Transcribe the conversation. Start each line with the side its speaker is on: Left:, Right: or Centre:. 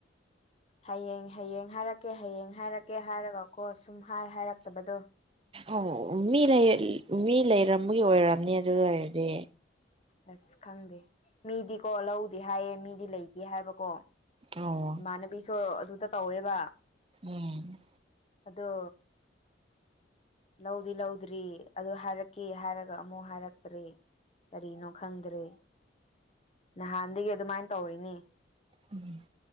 Left: ꯍꯌꯦꯡ ꯍꯌꯦꯡ ꯍꯥꯏꯔꯛꯀꯦ ꯍꯌꯦꯡ ꯍꯥꯏꯔꯛꯀꯦ ꯍꯥꯏꯔꯒꯀꯣ ꯁꯨꯝ ꯍꯥꯏ ꯍꯥꯏꯔꯛꯇꯕꯗꯣ
Right: ꯑ ꯃꯤ ꯃꯤ ꯂꯩꯔꯝꯕꯒꯤ ꯑꯣꯏꯔꯝꯅꯤ ꯑꯗꯨ ꯑꯣꯏꯔꯗꯤ
Left: ꯑꯁ ꯈꯪꯗꯦ ꯃꯤꯗꯤꯀꯣ ꯂꯧꯗꯤ ꯍꯥꯏꯌꯦ ꯃꯤꯗꯤ ꯂꯩꯇꯦ ꯍꯥꯏꯕꯀꯣ
Right: ꯑꯧ
Left: ꯏꯃꯥꯟꯅꯕꯤꯁꯨ ꯑꯗꯨꯗ ꯇꯧꯋꯦꯕ
Right: ꯎꯝ
Left: ꯑꯗꯣ ꯂꯧꯗꯤ ꯂꯧꯗ꯭ꯔꯤ ꯑꯗꯨ ꯍꯥꯏꯔꯛꯀꯦ ꯍꯥꯏꯔꯒ ꯑꯃꯨꯛ ꯍꯥꯏꯔꯛꯇ꯭ꯔꯔꯤ ꯀꯔꯤꯅꯣ ꯈꯪꯗ꯭ꯔꯦ ꯅꯍꯥꯟꯗꯒꯤ ꯑꯗꯨꯃꯥꯏꯅ ꯇꯧꯔꯤꯅꯦ
Right: ꯎꯝ